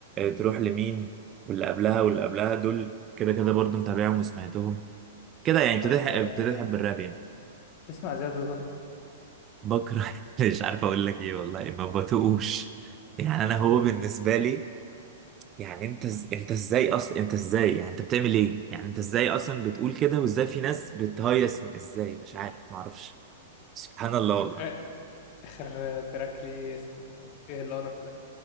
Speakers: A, on the right; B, on the left.
A: تروح لمين واللي قبلها واللي قبلها دول كده كده برضه متابعهم وسمعتهم كده يعني ابتديت
B: طب
A: أح- ابتديت
B: آه،
A: أحب الراب يعني
B: تسمع زياد زوزة
A: بكره <laughs> مش عارف أقول لك إيه والله ما بتقوش يعني أنا هو بالنسبة لي يعني انت إز... انت ازاي اصلا انت ازاي يعني انت بتعمل ايه يعني انت ازاي اصلا بتقول كده وازاي في ناس بتهيص ازاي مش عارف ما اعرفش سبحان الله
B: <laughs>
A: والله
B: آخر تراك ليه اسمه إيه القرف ده